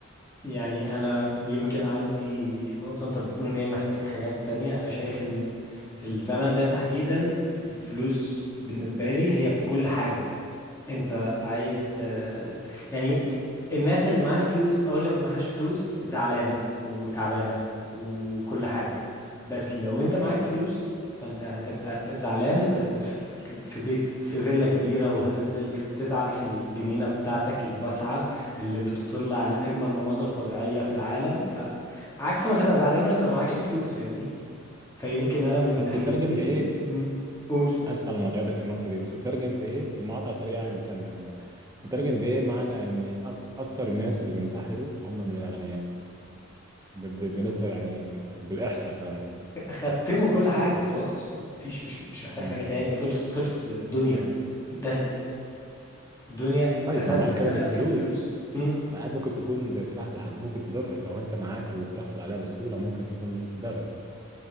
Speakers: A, on the left; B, on the right.
A: يعني انا يمكن عندي نقطة انت بتقول ان هي محتاج حاجات تانية انا شايف ان في الزمن ده تحديدا الفلوس بالنسبة لي هي كل حاجة انت عايز ت... يعني الناس اللي معاها فلوس او اللي معهاش فلوس زعلانة وتعبانة وكل حاجة بس لو انت معاك فلوس فانت هتبقى زعلان بس في, في, في بيت في فيلا كبيرة وهتنزل في... تزعل في الجنينة بتاعتك الواسعة اللي بتطل على اجمل مناظر طبيعية في العالم فعكس ما تبقى زعلان وانت معكش فلوس فاهمني فيمكن انا من
B: طب
A: ناحيتي
B: تترجم بإيه؟ ب-
A: مم. قول
B: اسف على مقاطعتك في النقطة دي بس تترجم بإيه؟ مقاطعة سريعة يعني وكمل انت تترجم بإيه معنى ان أك- اكتر الناس اللي بينتحروا هم من الأغنياء ب- ب- بالنسبة يعني ب- بالإحصاء الكلام ده
A: ختموا كل حاجة خلاص مفيش مش مش محتاج
B: مم.
A: حاجة تاني خلص خلصت الدنيا انتهت الدنيا
B: طيب
A: أساسها
B: ما معنى كده ان الفلوس
A: في الفلوس مم.
B: ساعات ممكن تكون زي سلاح ذو حد ممكن تضرك لو انت معاك وبتحصل عليها بسهولة ممكن تكون ضرر